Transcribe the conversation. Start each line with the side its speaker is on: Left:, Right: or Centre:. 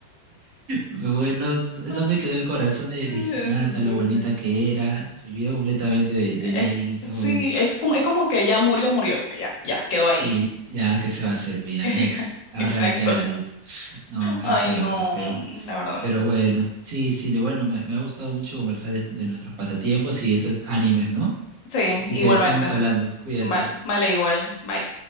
Right: Bueno, ¿dónde
Left: <laughs>
Right: quedó el corazón de,
Left: Sí,
Right: de Hinata,
Left: sí,
Right: lo bonita
Left: sí.
Right: que era? Se olvidó completamente de,
Left: Eh,
Right: de
Left: Es,
Right: Neji
Left: que-
Right: en ese
Left: sí,
Right: momento.
Left: es como, es como que ya murió, murió, pues ya, ya, quedó ahí.
Right: Y ya, ¿qué se va a hacer? Pues Ya,
Left: <laughs>
Right: next. Ahora
Left: Exacto.
Right: me queda Naruto. No, qué
Left: Ay,
Right: feo,
Left: no,
Right: qué feo.
Left: la verdad.
Right: Pero bueno, sí, sí, de bueno, me, me ha gustado mucho conversar de, de nuestros pasatiempos y estos animes, ¿no?
Left: Sí,
Right: Así
Left: igualmente.
Right: que estamos hablando, cuídate.
Left: Vale, vale, igual. Bye.